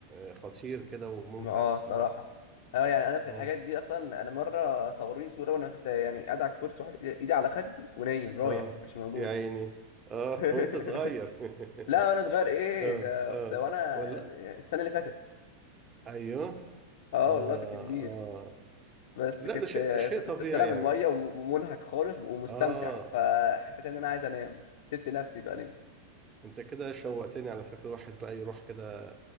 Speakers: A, on the right (about 25°); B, on the left (about 55°).
A: آه، خطير كده وممتع
B: ما اه
A: بصراحه
B: الصراحه اه يعني انا في
A: اه
B: الحاجات دي اصلا انا مره صوروني صوره وانا كنت يعني قاعد على الكرسي واحد ايدي على خدي ونايم رايح
A: اه
B: مش موجود
A: يا عيني اه <laughs> وانت
B: <laughs>
A: صغير <laughs>
B: لا وانا صغير ايه
A: اه
B: ده
A: اه
B: ده وانا
A: ولا
B: السنه اللي فاتت
A: ايوه
B: اه
A: اه
B: والله كنت كبير
A: اه
B: بس
A: لا
B: كنت
A: ده شيء شيء طبيعي
B: كنت طالع من
A: يعني
B: الميه ومنهك خالص ومستمتع
A: اه
B: فحسيت ان انا عايز انام سبت نفسي بقى نمت
A: انت كده شوقتني على فكرة واحد بقى يروح كده